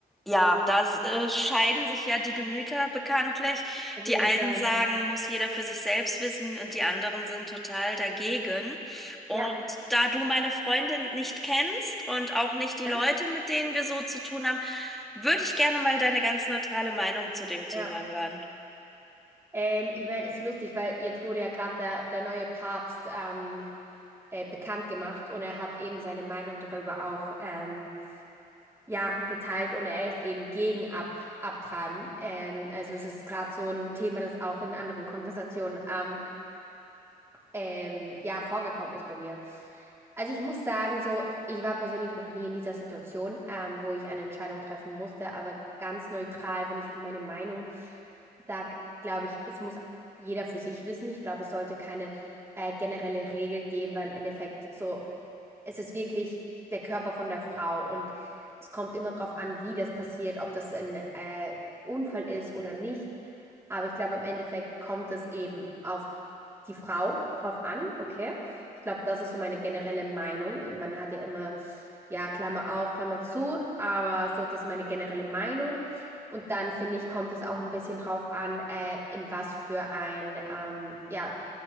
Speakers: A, in the centre; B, on the right (about 15°).
A: ja, da äh, scheiden sich ja die Gemüter bekanntlich.
B: Auf jeden
A: Die einen
B: Fall.
A: sagen, muss jeder für sich selbst wissen und die anderen sind total dagegen. Und
B: Ja,
A: da du meine Freundin nicht kennst und auch nicht die
B: ja,
A: Leute, mit denen wir so zu tun haben, würde ich gerne mal deine ganz neutrale Meinung zu dem Thema
B: ja.
A: hören.
B: Ähm, ich meine, ist lustig, weil jetzt wurde ja gerade der, der neue Papst ähm, äh, bekannt gemacht und er hat eben seine Meinung darüber auch ähm, ja, geteilt und er ist eben gegen Ab Abtreiben. Ähm, also es ist gerade so ein Thema, das auch in anderen Konversationen ähm, ähm, ja, vorgekommen ist bei mir. Also ich muss sagen, so, ich war persönlich noch nie in dieser Situation, ähm, wo ich eine Entscheidung treffen musste, aber ganz neutral, wenn ich jetzt meine Meinung sage, glaube ich, es muss jeder für sich wissen. Ich glaube, es sollte keine äh, generelle Regel geben, weil im Endeffekt so, es ist wirklich der Körper von der Frau und es kommt immer darauf an, wie das passiert, ob das ein äh, Unfall ist oder nicht. Aber ich glaube, im Endeffekt kommt es eben auf die Frau drauf an, okay? Ich glaube, das ist so meine generelle Meinung. Man hat ja immer, ja, Klammer auf, Klammer zu, aber so, das ist meine generelle Meinung. Und dann finde ich, kommt es auch ein bisschen drauf an, äh, in was für ein, ähm, ja,